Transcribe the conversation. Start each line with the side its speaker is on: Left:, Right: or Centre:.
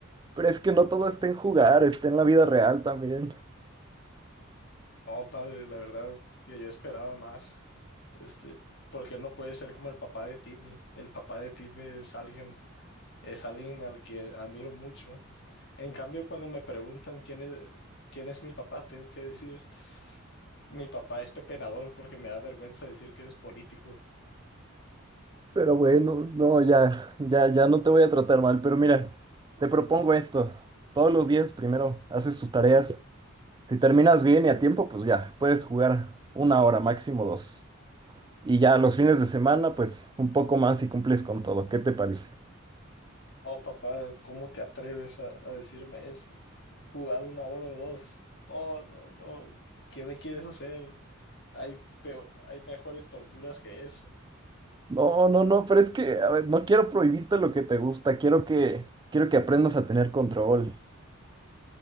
Right: pero es que no todo está en jugar, está en la vida real también.
Left: No, padre, la verdad que yo esperaba más. Este, porque no puede ser como el papá de Timmy. El papá de Timmy es alguien, es alguien al que admiro mucho. En cambio, cuando me preguntan quién es, quién es mi papá, tengo que decir, mi papá es pepenador porque me da vergüenza decir que eres político.
Right: Pero bueno, no, ya, ya, ya no te voy a tratar mal. Pero mira, te propongo esto. Todos los días primero haces tus tareas. Si terminas bien y a tiempo, pues ya, puedes jugar una hora, máximo dos. Y ya los fines de semana, pues un poco más y cumples con todo. ¿Qué te parece?
Left: Oh, papá, ¿cómo te atreves a, a decirme eso? Jugar una hora o dos. No, no, no. ¿Qué me quieres hacer? Hay peo- hay mejores torturas que eso.
Right: No, no, no, pero es que, a ver, no quiero prohibirte lo que te gusta, quiero que, quiero que aprendas a tener control.